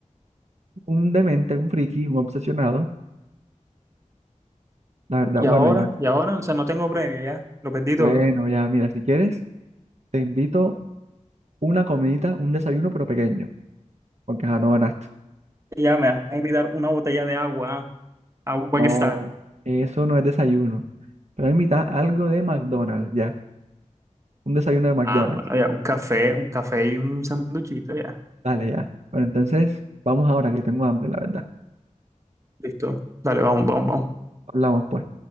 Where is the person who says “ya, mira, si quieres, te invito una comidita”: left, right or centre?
Right